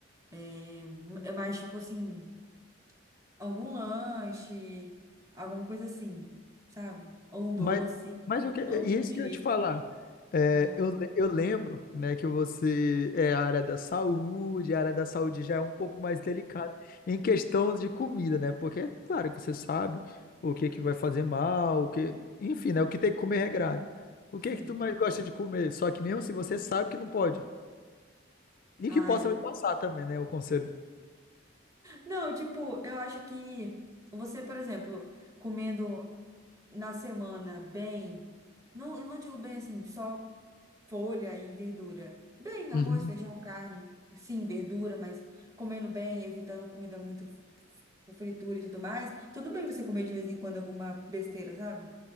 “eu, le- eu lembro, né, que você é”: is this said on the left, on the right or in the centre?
Left